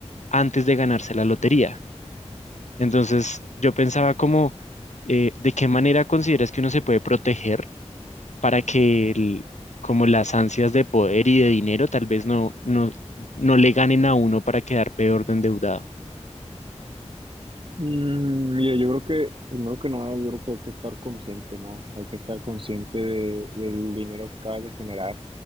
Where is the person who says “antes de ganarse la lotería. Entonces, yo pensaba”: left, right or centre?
Left